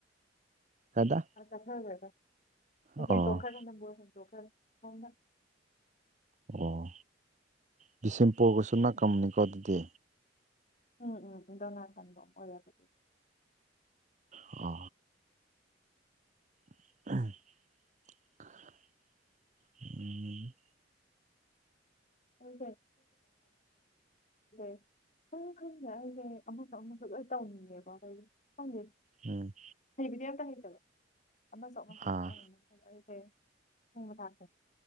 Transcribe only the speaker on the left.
ꯆꯠꯊꯈ꯭ꯔꯒ
ꯍꯦꯟꯇꯣꯛꯈ꯭ꯔꯅꯤ ꯅꯝꯕꯣꯜ ꯍꯦꯟꯇꯣꯛꯈꯔꯅꯤ
ꯎꯝ ꯎꯝ ꯗꯣꯅꯥꯀꯟꯗ ꯑꯣꯏꯔꯒꯗꯤ
ꯑꯩꯖꯦ <unintelligible> ꯈꯪ ꯈꯪꯗꯦ ꯑꯩꯁꯦ ꯑꯃꯁꯨ ꯑꯃꯁꯨ ꯂꯣꯏ ꯇꯧꯅꯤꯡꯉꯦꯕ <unintelligible> ꯈꯪꯗꯦ
ꯍꯩꯕꯗꯤ ꯑꯝꯇ ꯍꯩꯇꯕ ꯑꯃꯁꯨ ꯑꯃꯁꯨ ꯈꯇꯪ
ꯑꯗ ꯑꯩꯁꯦ ꯊꯣꯡꯕ ꯊꯥꯛꯄꯁꯦ